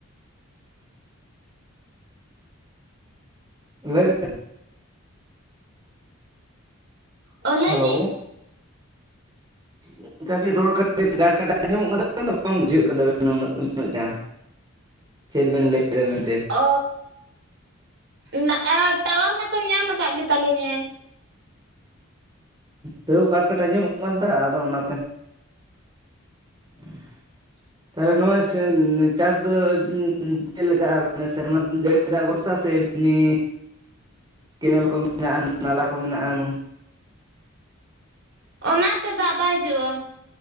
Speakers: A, on the right (about 20°); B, on the right (about 55°).
A: ᱞᱟᱹᱭ ᱵᱮᱱ
B: ᱚ ᱞᱟᱹᱭ
A: ᱦᱮᱞᱳ
B: ᱵᱤᱱ
A: <unintelligible> ᱟᱸᱡᱢᱚᱜ ᱠᱟᱱ ᱛᱟᱵᱮᱱᱟ ᱵᱟᱝ ᱵᱩᱡᱷᱟᱹᱜ ᱠᱟᱱ ᱛᱟᱱᱟᱱᱟᱹ ᱩᱱᱟᱹᱴᱟ ᱪᱮᱫ ᱵᱮᱱ ᱞᱟᱹᱭ ᱮᱫᱟ ᱢᱮᱱᱛᱮ
B: ᱚ ᱱᱟᱜ-ᱟ ᱴᱟᱣᱟᱨ ᱢᱟᱛᱚ ᱧᱟᱢ ᱟᱠᱟᱫ ᱜᱮᱛᱟᱞᱤᱧᱟᱭ
A: ᱛᱟᱹᱣ ᱠᱟᱴᱠᱟᱴ ᱟᱸᱡᱚᱢᱚᱜ ᱠᱟᱱᱛᱮ ᱟᱫᱚ ᱚᱱᱟᱛᱮ <inaudible> ᱛᱟᱦᱚᱞᱮ ᱱᱼᱚᱭ ᱪᱟᱥ ᱫᱚ ᱪᱮᱫ ᱞᱮᱠᱟ ᱢᱟᱱᱮ ᱥᱮᱨᱢᱟ ᱡᱟᱹᱲᱤ ᱫᱟᱜ ᱵᱷᱚᱨᱥᱟ ᱥᱮ ᱮᱢᱱᱤ ᱠᱮᱱᱮᱞ ᱠᱚ ᱢᱮᱱᱟᱜᱼᱟ᱾ ᱱᱟᱞᱟ ᱠᱚ ᱢᱮᱱᱟᱜᱼᱟ <unintelligible>
B: ᱚᱱᱟ ᱛᱮ ᱫᱟᱜ ᱵᱟᱭ ᱦᱤᱡᱩᱜ-ᱟ